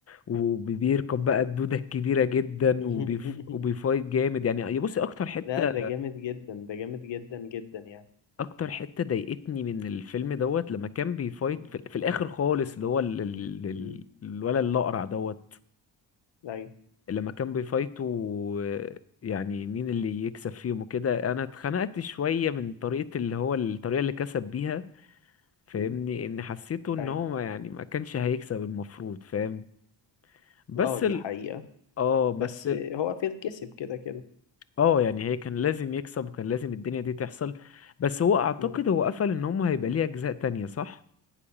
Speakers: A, on the left; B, on the left.
A: وبيركب بقى الدودة الكبيرة جدا
B: <laughs>
A: وبيف... وبيفايت جامد يعني يا بصي أكتر حتة
B: لا ده جامد جدا ده جامد جدا جدا يعني
A: اكتر حتة ضايقتني من الفيلم دوت لما كان بيفايت
B: مم.
A: في, في الاخر خالص اللي هو ال- ال- ال-
B: مم.
A: الولد الاقرع دوت
B: ايوه
A: لما كان بيفايتوا آه، يعني مين اللي يكسب فيهم وكده انا اتخنقت شوية من طريقة اللي هو الطريقة اللي كسب بيها فاهمني
B: مم.
A: ان حسيته ان
B: ايوه
A: هو ما- يعني ما كانش هيكسب المفروض فاهم بس
B: اه دي
A: ال...
B: حقيقة
A: اه بس
B: بس
A: ال...
B: هو فيل كسب كده كده
A: اه يعني هي كان لازم يكسب وكان لازم الدنيا دي تحصل بس هو اعتقد
B: مم.
A: هو قفل ان هم هيبقى ليه اجزاء تانية صح